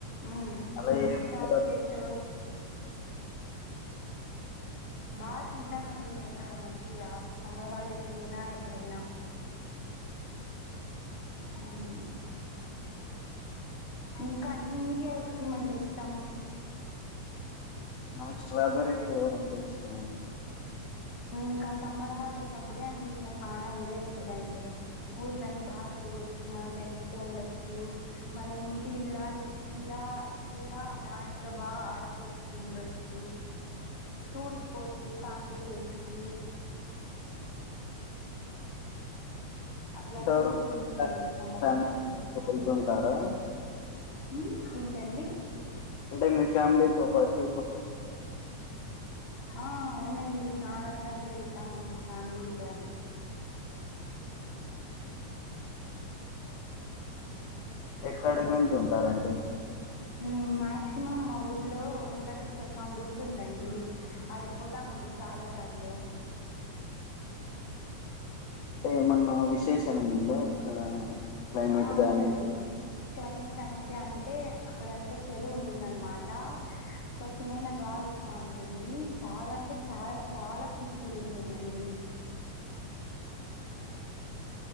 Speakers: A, on the left (about 40°); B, on the left (about 80°).
A: మ్మ్
B: అలా ఏ ఫ్లేవర్
A: చాక్లేెట్ బాగా తింటానండి నేను మంచిగా సమ్మర్ హాలిడేస్ లో అయినా ఎప్పుడైన హ్మ్ ఇంకా అండి మీకు ఏ ఐస్ క్రీమ్ అంటే ఇష్టం
B: నాకు స్ట్రాబెర్రీ ఫ్లేవర్ అంటే ఇష్టం అండి
A: ఇంకా సమ్మర్ హాలిడేస్ అప్పుడే అండి ఇంగ చానా ఎంజాయ్ చేసేదంటే ఊర్లన్నీ బాగా తిరగొచ్చు మన ఫ్రెండ్స్ తో ఉండచ్చు మన ఇంటి ఇల్లా ఇల్లా ఇల్లా దాంట్లో బాగా ఆడుకోవచ్చు ఉండొచ్చు టూర్స్ పోచ్చు ఫ్యామిలీ టూర్స్ కి అట్లా
B: ఇంతవరకు
A: అంత జరుగుతుంటుందండి సమ్మర్
B: ఫ్యామిలీతో
A: హాలిడేస్ లో
B: వెళ్తుంటారా?
A: హ్మ్ ఏంటండి
B: అంటే మీ ఫ్యామిలీతోపాటి
A: ఆ అవునండి చాలా సార్లు వెళ్తాము మా ఫ్యామిలీతో
B: ఎక్కడికి వెళ్తుంటారండి
A: మ్మ్ మక్సిమమ్ మా ఊరు లో వెంకటేశ్వర స్వామి గుర్తుదండండి అడిగిపోతామండి చాలా సార్లు
B: అంటేఏమన్నా విశేశాణం ఉందా అక్కడ క్లైమేట్
A: ఆ అవునండి
B: గానీ
A: క్లైమేట్ అంతే అంటే అక్కడంతా చెరువు ఉంటుందనమాట స్వచ్ఛమైన గాలి వస్తా ఉంటుంది చాలా అంటే చాలా చాలా పీస్ఫుల్ గా ఉంటుందండి ఏ